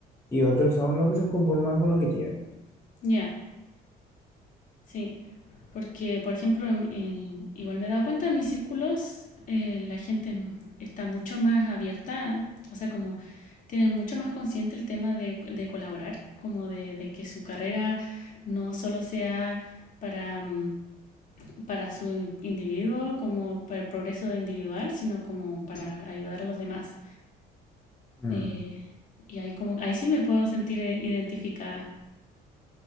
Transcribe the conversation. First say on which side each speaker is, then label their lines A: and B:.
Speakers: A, on the left; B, on the left.
A: Y otros son los que se conforman con lo que tienen.
B: Ya. Sí, porque por ejemplo, en- en- igual me he dado cuenta en mis círculos, eh, la gente m- está mucho más abierta, o sea, como tienen mucho más consciente el tema de, de colaborar, como de, de que su carrera no solo sea para, mm, para su individuo, como para el progreso individual, sino como para ayudar a los demás.
A: Mm,
B: Eh, y ahí como, ahí sí me puedo sentir eh, identificada.